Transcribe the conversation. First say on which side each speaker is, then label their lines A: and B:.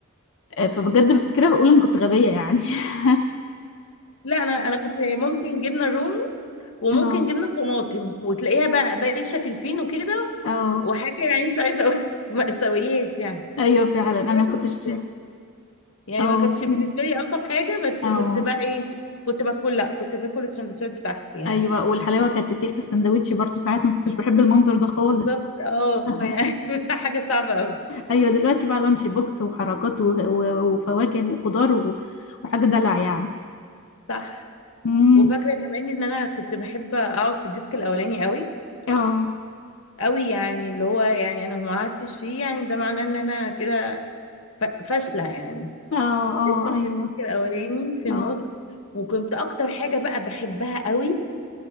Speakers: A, on the left; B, on the left.
A: آه، فبجد بفتكرها بقول ان كنت غبيه يعني <laughs>
B: لا انا انا كنت ممكن جبنه رومي وممكن
A: اه
B: جبنه طماطم وتلاقيها بقى بايشه في الفينو كده
A: اه
B: وحاجه يعني مش عايزه اقول <laughs> مأساويات يعني
A: ايوه فعلا
B: بس
A: انا
B: برضه
A: ما كنتش
B: كنت يعني
A: اه
B: ما كانتش
A: كمان
B: بالنسبه لي الطف حاجه بس
A: اه
B: كنت بقى ايه كنت باكل لا كنت باكل السندوتشات بتاعتي يعني
A: ايوه والحلاوه كانت تسيح في السندوتش برضو ساعات ما كنتش بحب المنظر ده خالص
B: بالظبط اه
A: <laughs>
B: يعني <laughs> حاجه صعبه قوي
A: ايوه دلوقتي بقى لانش بوكس وحركات و- و- وفواكه وخضار و- وحاجه دلع يعني
B: صح
A: امم
B: وفاكره كمان ان انا كنت بحب اقعد في الديسك الاولاني قوي
A: اه
B: قوي يعني اللي هو يعني انا لو ما قعدتش فيه يعني ده معناه ان انا كده ف- فاشله يعني
A: اه اه
B: لازم
A: ايوه
B: في الديسك الاولاني في
A: اه
B: النص وكنت اكتر حاجه بقى بحبها قوي